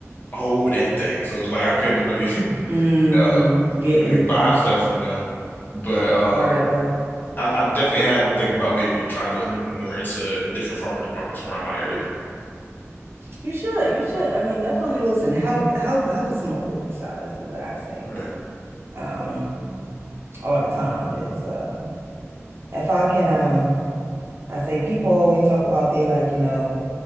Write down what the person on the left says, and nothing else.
hold anything. So it's like I couldn't really, <laughs> you
know,
really
buy stuff from them. But um,
I, I definitely have been thinking about maybe trying to look more into different farmers markets around my area.
Right.